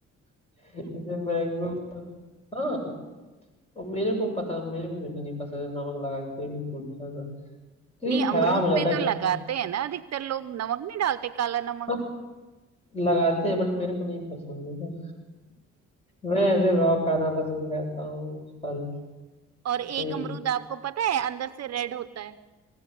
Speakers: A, on the left; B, on the right.
A: <laughs> जैसे मैंगो हाँ और मेरे को पता मेरे को बिल्कुल नहीं पसंद है नमक लगा के कोई भी फ्रूट खाना क्योंकि
B: नहीं
A: खराब
B: अमरूद
A: हो जाता
B: पे
A: है
B: तो
A: taste।
B: लगाते हैं ना अधिकतर लोग नमक नहीं डालते काला नमक
A: हम लगाते हैं बट मेरे को नहीं पसंद है ना। मैं ऐसे रॉ खाना पसंद करता हूँ फल
B: और एक
A: से
B: अमरूद आपको पता है अंदर से रेड होता है